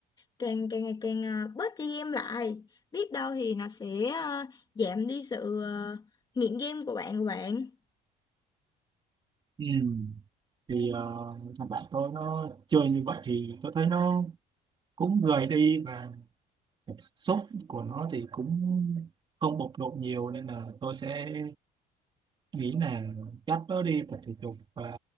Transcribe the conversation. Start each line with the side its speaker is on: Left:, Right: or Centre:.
Left: càng càng ngày càng ờ, bớt chơi game lại biết đâu thì nó sẽ ờ, giảm đi sự ờ, nghiện game của bạn của bạn
Right: Ừ. Thì ờ, thằng bạn tôi nó chơi như vậy thì tôi thấy nó cũng gầy đi và cảm xúc của nó thì cũng không bộc lộ nhiều nên là tôi sẽ nghĩ là cắt nó đi tập thể dục và